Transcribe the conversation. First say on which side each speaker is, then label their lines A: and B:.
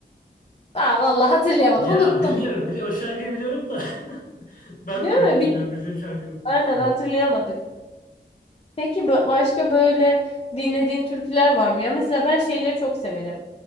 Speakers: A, on the left (about 35°); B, on the left (about 50°).
A: Aa, vallahi hatırlayamadım.
B: Ya
A: Unuttum.
B: biliyorum, bili o şarkıyı biliyorum da <laughs> ben
A: Değil
B: de unuttum
A: mi? Bil-
B: ya. Bildiğim şarkıyı unutturdun
A: Aynen
B: ya.
A: hatırlayamadık. Peki bö- başka böyle dinlediğin türküler var mı ya? Mesela ben şeyleri çok severim.